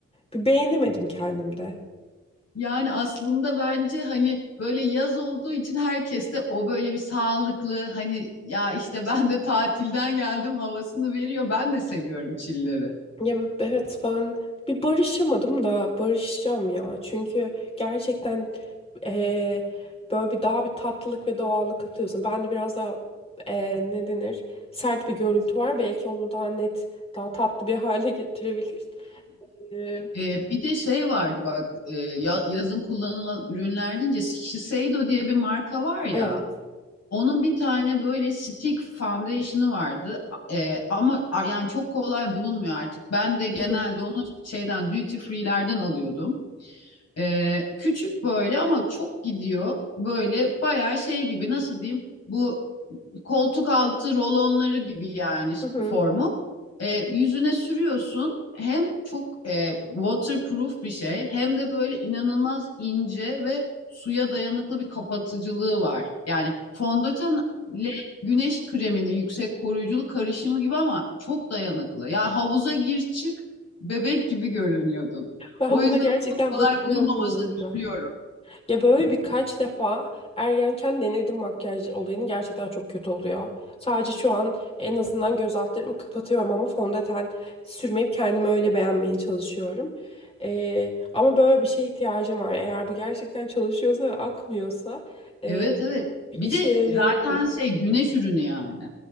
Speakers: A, on the left; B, on the left.
A: Bir beğenemedim kendimde.
B: Yani aslında bence hani böyle yaz olduğu için herkes de o böyle bir sağlıklı hani ya işte ben de tatilden geldim havasını veriyor. Ben de seviyorum chill'leri.
A: Ya b- evet ben bir barışamadım da barışacağım ya. Çünkü gerçekten eee, böyle bir daha bir tatlılık ve doğallık katıyorsun. Bende biraz daha eee, ne denir sert bir görüntü var. Belki onu daha net, daha tatlı bir <laughs> hale getirebilir. Eee,
B: Ee, bir de şey vardı bak e, ya- yazın kullanılan ürünler deyince Shiseido diye bir marka var ya
A: evet.
B: onun bir tane böyle stick foundation'ı vardı Ee, ama a- yani çok kolay bulunmuyor artık. Ben de genelde
A: <laughs>
B: onu şeyden duty free'lerden alıyordum. Ee, küçük böyle ama çok gidiyor böyle bayağı şey gibi nasıl diyeyim bu koltuk altı rolonları gibi yani
A: Hı hı.
B: formu. E, yüzüne sürüyorsun. Hem çok e, waterproof bir şey hem de böyle inanılmaz ince ve suya dayanıklı bir kapatıcılığı var. Yani fondöten ile güneş kreminin yüksek koruyuculuk karışımı gibi ama çok dayanıklı. Yani havuza gir çık bebek gibi görünüyordun.
A: Ben
B: O yüzden
A: buna gerçekten
B: çok kolay
A: bakacağım
B: bulunmamasına
A: bu arada.
B: üzülüyorum.
A: Ya böyle birkaç defa ergenken denedim makyaj olayını gerçekten çok kötü oluyor. Sadece şu an en azından göz altlarımı kapatıyorum ama fondöten sürmeyip kendimi öyle beğenmeye çalışıyorum. Ee, ama böyle bir şeye ihtiyacım var. Eğer bu gerçekten çalışıyorsa ve akmıyorsa e,
B: Evet evet.
A: bir
B: Bir
A: işe
B: de
A: yarayabilir.
B: zaten şey güneş ürünü yani.